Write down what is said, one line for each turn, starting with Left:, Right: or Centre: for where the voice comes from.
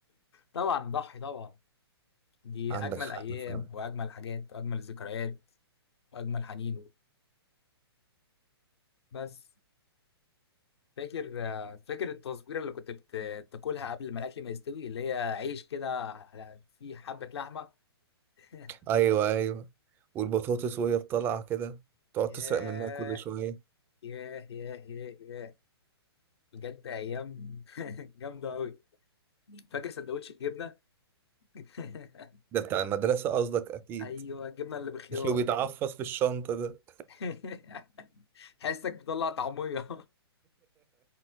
Left: طبعا ضحي طبعا دي
Right: عندك
Left: أجمل
Right: حق
Left: أيام
Right: فعلا
Left: وأجمل حاجات وأجمل ذكريات وأجمل حنين بس فاكر آه، فاكر التصويرة اللي كنت بت- بتاكلها قبل ما الأكل ما يستوي اللي هي عيش كده على- فيه حبة لحمة <laughs>
Right: ايوه ايوه والبطاطس وهي بطلعة كده تقعد
Left: ياه
Right: تسرق منها كل شوية
Left: ياه ياه ياه ياه بجد أيام <laughs> جامدة أوي فاكر سندوتش الجبنة <laughs>
Right: ده بتاع المدرسة قصدك اكيد
Left: أيوه الجبنة اللي بخيار
Right: اللي بيتعفص في الشنطة ده
Left: <laughs> حاسك بتطلع طعمية